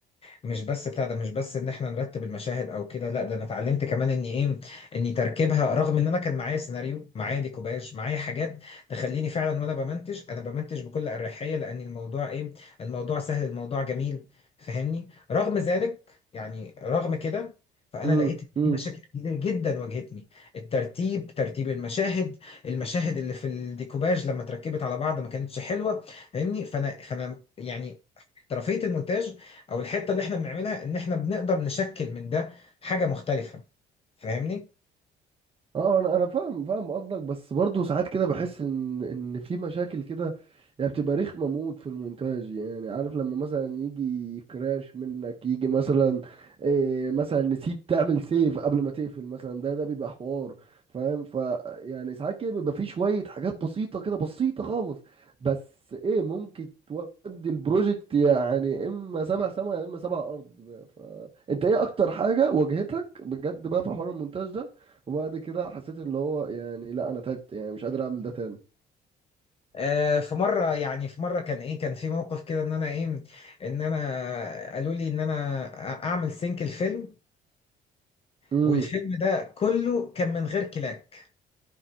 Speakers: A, on the left; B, on the right.
A: مش بس بتاع ده مش بس ان احنا نرتب المشاهد او كده لا ده انا اتعلمت كمان ان ايه ان تركيبها رغم ان انا كان معايا سيناريو معايا ديكوباج معايا حاجات تخليني فعلا وانا بمنتج انا بمنتج بكل اريحيه لان الموضوع ايه الموضوع سهل الموضوع جميل فاهمني رغم ذلك يعني رغم كده فانا
B: امم
A: لقيت ان في مشاكل كتير جدا واجهتني الترتيب ترتيب المشاهد المشاهد اللي في الديكوباج لما اتركبت على بعض ما كانتش حلوه فاهمني فانا فانا يعني احترافيه المونتاج او الحته اللي احنا بنعملها ان احنا بنقدر نشكل من ده حاجه مختلفه فاهمني
B: اه انا انا فاهم فاهم قصدك بس برضه ساعات كده بحس ان ان في مشاكل كده يعني بتبقى رخمه موت في المونتاج يعني عارف لما مثلا يجي كراش منك يجي مثلا إيه مثلا نسيت تعمل سيف قبل ما تقفل مثلا ده ده بيبقى حوار فاهم ف يعني ساعات كده بيبقى في شويه حاجات بسيطه كده بسيطه خالص بس ايه ممكن تودي البروجكت يعني اما سبع سما يا اما سبع ارض بقى. ف انت ايه اكتر حاجه واجهتك بجد بقى في حوار المونتاج ده وبعد كده حسيت اللي هو يعني لا انا تعبت يعني مش قادر اعمل ده تاني
A: آه في مره يعني في مره كان ايه كان في موقف كده ان انا ايه ان انا قالوا لي ان انا اعمل سينك الفيلم
B: امم
A: والفيلم ده كله كان من غير كلاك